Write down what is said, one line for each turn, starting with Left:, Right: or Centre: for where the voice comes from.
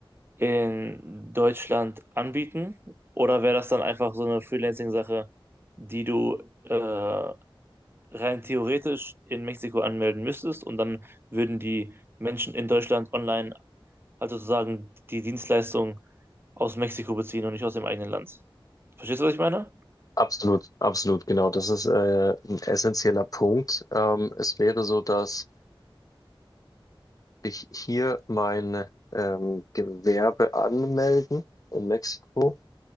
Right: in Deutschland anbieten? Oder wäre das dann einfach so eine Freelancing-Sache, die du äh, rein theoretisch in Mexiko anmelden müsstest und dann würden die Menschen in Deutschland online, also sozusagen die Dienstleistung aus Mexiko beziehen und nicht aus dem eigenen Land? Verstehst du, was ich meine?
Left: absolut, absolut, genau. Das ist äh, ein essentieller Punkt. Ähm, es wäre so, dass ich hier mein ähm, Gewerbe anmelden in Mexiko,